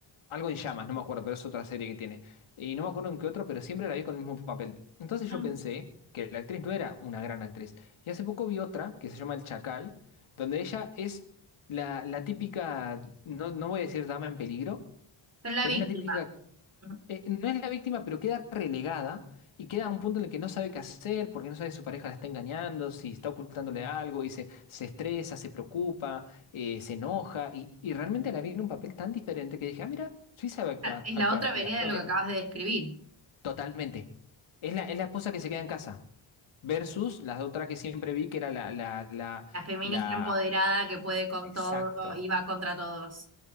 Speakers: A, on the left (about 75°); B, on the right (about 30°).
A: algo en llamas, no me acuerdo, pero es otra serie que tiene. Y no me acuerdo en qué otro, pero siempre la vi con el mismo papel. Entonces
B: Mm.
A: yo pensé que la actriz no era una gran actriz. Y hace poco vi otra que se llama El Chacal donde ella es la, la típica, no, no voy a decir dama en peligro,
B: Pero la
A: pero
B: víctima.
A: es la típica,
B: Ujú.
A: eh, no es la víctima, pero queda relegada y queda a un punto en el que no sabe qué hacer, porque no sabe si su pareja la está engañando, si está ocultándole algo, y se, se estresa, se preocupa, eh, se enoja, y, y realmente la vi en un papel tan diferente que dije, ah, mira, sí sabe actuar,
B: Ah, Es
A: actuar
B: la otra vereda
A: y actúa
B: de lo
A: bien,
B: que acabas de describir.
A: totalmente. Es la, es la esposa que se queda en casa, versus la otra que siempre vi, que era la, la, la,
B: La feminista
A: la...
B: empoderada que puede con
A: Exacto,
B: todo y va contra todos.